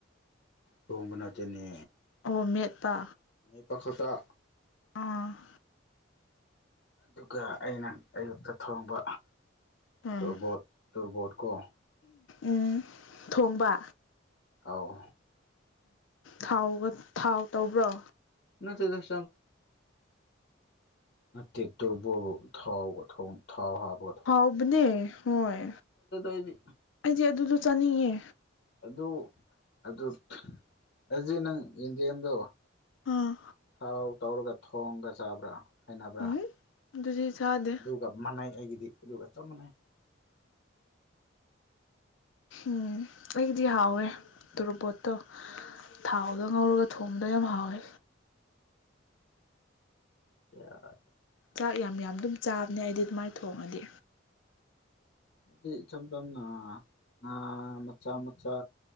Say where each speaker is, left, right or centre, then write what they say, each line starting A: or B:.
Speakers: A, on the left (about 60°); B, on the left (about 80°).
A: ꯁꯣꯝꯕ ꯅꯠꯇꯦꯅꯦ꯫
B: ꯑꯣ ꯃꯦꯠꯇꯄ
A: ꯃꯦꯠꯄ ꯈꯛꯇ
B: ꯎꯝ
A: ꯑꯗꯨꯒ ꯑꯩꯅ ꯑꯌꯨꯛꯇ ꯊꯣꯡꯕ
B: ꯎꯝ
A: ꯇꯕꯣꯠ ꯇꯕꯣꯠꯀꯣ
B: ꯎꯝ ꯊꯣꯡꯕ
A: ꯑꯧ
B: ꯊꯥꯎꯒ ꯊꯥꯎ ꯇꯧꯕ꯭ꯔꯣ
A: ꯅꯠꯇꯦꯗ <unintelligible> ꯇꯦꯠꯇꯣꯕꯣ ꯊꯥꯎ ꯊꯥꯎ ꯍꯥꯞꯄ
B: ꯍꯥꯎꯕꯅꯦ ꯍꯣꯏ
A: ꯑꯩꯗꯤ
B: ꯑꯩꯗꯤ ꯑꯗꯨꯗꯣ ꯆꯥꯅꯤꯡꯉꯦ꯫
A: ꯑꯗꯨ ꯑꯗꯨ ꯑꯗꯨꯗꯤ ꯅꯪ ꯌꯦꯟꯗꯦꯝꯗꯣ
B: ꯑꯥ
A: ꯊꯥꯎ ꯇꯧꯔꯒ ꯊꯣꯡꯒ ꯆꯥꯕ꯭ꯔꯥ ꯍꯩꯅꯕ꯭ꯔꯥ
B: ꯎꯝ ꯑꯗꯨꯗꯤ ꯆꯥꯗꯦ꯫
A: ꯑꯗꯨꯒ ꯃꯥꯟꯅꯩ ꯑꯩꯒꯤꯗꯤ ꯑꯗꯨꯒ ꯆꯞ ꯃꯥꯟꯅꯩ꯫
B: ꯎꯝ ꯑꯦꯗꯤ ꯍꯥꯎꯋꯦ ꯇꯔꯕꯣꯠꯇꯣ ꯊꯥꯎꯗ ꯉꯧꯔꯒ ꯊꯣꯡꯕꯗ ꯌꯥꯝ ꯍꯥꯎꯋꯦ꯫
A: ꯌꯥ
B: ꯆꯥꯛ ꯌꯥꯝ ꯌꯥꯝ ꯑꯗꯨꯝ ꯆꯥꯕꯅꯦ ꯑꯩꯗꯤ ꯑꯗꯨꯃꯥꯏꯅ ꯊꯣꯡꯉꯗꯤ꯫
A: ꯗꯤ ꯏꯆꯝ ꯆꯝꯅ ꯉꯥ ꯃꯆꯥ ꯃꯆꯥ